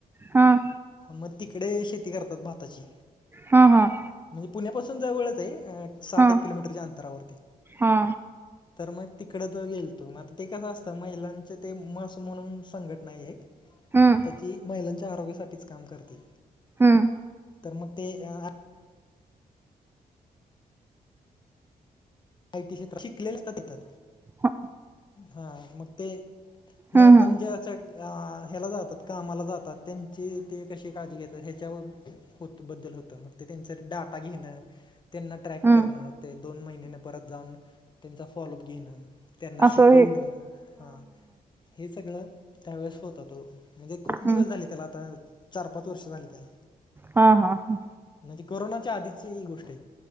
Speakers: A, on the right (about 15°); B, on the left (about 30°).
A: हां.
B: म तिकडे शेती करतात. भाताची.
A: हा हां.
B: म्हणजे पुण्यापासून जवळच आहे साठ
A: हा
B: एक किलोमीटरच्या अंतरावरती.
A: हा.
B: तर मग तिकड च गेलतो. मग आता ते कसं असतं, महिलांच ते मस म्हणून संघटना आहे एक.
A: ह.
B: तर ती महिलांच्या आरोग्यासाठीच काम करते.
A: हम्.
B: तर मग ते ह्या आय टी क्षेत्रात शिकलेले असतात तिथं.
A: हम्म
B: हा मग ते
A: हम्म
B: ना पण ज्या ह्याला जातात कामाला जातात त्यांची ते कशी काळजी घेतात ह्याच्यावर होत बद्दल होतं मग ते त्यांच डाटा घेणं. त्यांना ट्रॅक
A: हम्म
B: करणं ते दोन महिन्याने परत जाऊन त्यांचा फॉलोप घेणं. त्यांना शिकवणं
A: असं हे
B: हा हे सगळं त्यावेेळेस होत होत. म्हणजे खूप दिवस
A: हम्म
B: झाले त्याला आता चार- पाच वर्ष झाली त्याला.
A: हा हा हा.
B: म्हणजे कोरोनाच्या आधीची ही गोष्ट आहे.